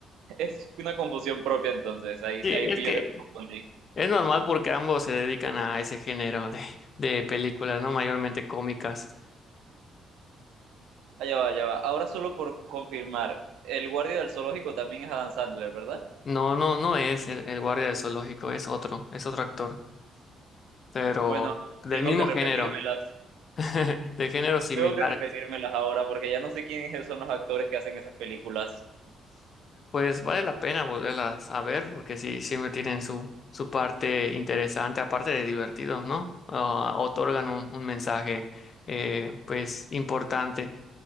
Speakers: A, on the right (about 85°); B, on the left (about 45°).
A: es una confusión propia entonces, ahí,
B: Sí,
A: ahí
B: es
A: fui
B: que
A: yo que me confundí.
B: es normal porque ambos se dedican a ese género de, de películas, ¿no? Mayormente cómicas.
A: Allá va, allá va. Ahora solo por confirmar, el guardia del zoológico también es Adam Sandler, ¿verdad?
B: No, no, no es el, el guardia del zoológico, es otro, es otro actor, pero
A: Bueno,
B: del
A: tengo
B: mismo
A: que repetírmelas.
B: género, <laughs> de géneros similares.
A: Tengo que repetírmelas ahora porque ya no sé quiénes son los actores que hacen esas películas.
B: Pues vale la pena volverlas a ver porque sí, siempre tienen su, su parte interesante, aparte de divertido, ¿no? Ah, otorgan un, un mensaje, eh, pues, importante.